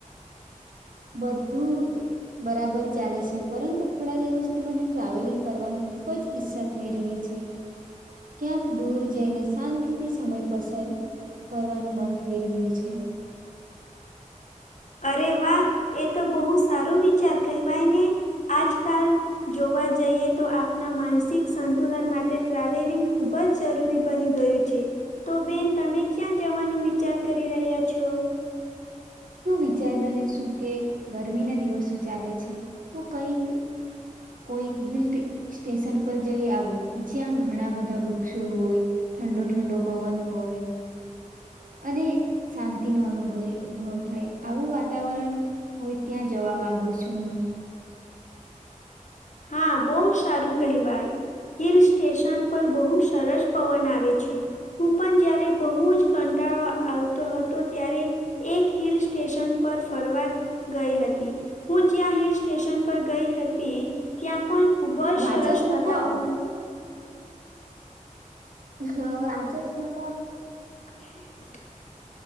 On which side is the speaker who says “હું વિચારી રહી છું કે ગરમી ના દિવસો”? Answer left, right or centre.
Right